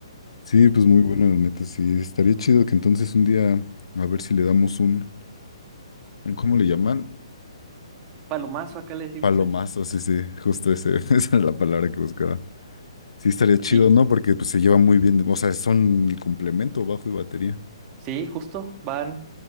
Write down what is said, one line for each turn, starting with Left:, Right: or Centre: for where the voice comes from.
Left: Sí, pues muy bueno, la neta, sí. Estaría chido que entonces un día, a ver si le damos un, un ¿cómo le llaman?
Right: palomazo acá le decimos.
Left: Palomazo,
Right: eh.
Left: sí, sí, justo ese, <laughs> esa era la palabra que buscaba. Sí, estaría chido,
Right: Y
Left: ¿no? Porque pues se lleva muy bien, o sea, son el complemento, bajo y batería.
Right: sí, justo, van,